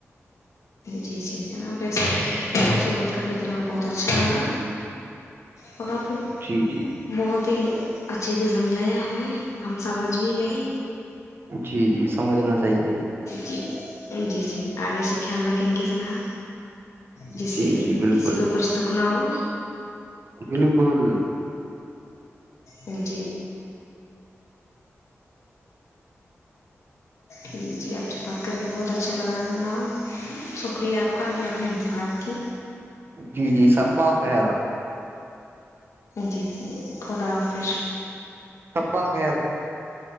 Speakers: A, on the left; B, on the right.
A: جی جی جناب ویسے آپ سے بات کر کے جناب بہت اچھا لگا پ پ
B: جی جی
A: بہت ہی اچھے سے سمجھایا ہمیں ہم سمجھ بھی گئے
B: جی جی سمجھنا چاہیے
A: جی جی جی آگے سے خیال رکھیں گ جنا ہ جیسے
B: جی جی بالکل
A: کسی کو کچھ دکھ نہ ہو
B: بالکل
A: ان ج جی جی آپ سے بات کر کے بہت اچھا لگا جناب شکریہ آپ کا جو آپ نے ہم سے بات کی
B: جی جی سب بق ہے
A: جی جی د خوودا آفش
B: صبا خیر